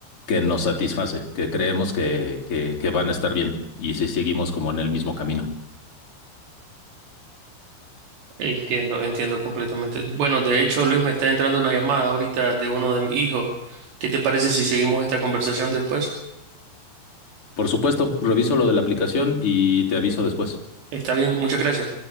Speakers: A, on the left; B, on the right.
A: que nos satisface, que creemos que, que, que van a estar bien y si seguimos como en el mismo camino.
B: Entiendo, entiendo completamente. Bueno, de hecho, Luis, me está entrando una llamada ahorita de uno de mis hijos. ¿Qué te parece si seguimos esta conversación después?
A: Por supuesto, reviso lo de la aplicación y te aviso después.
B: Está bien, muchas gracias.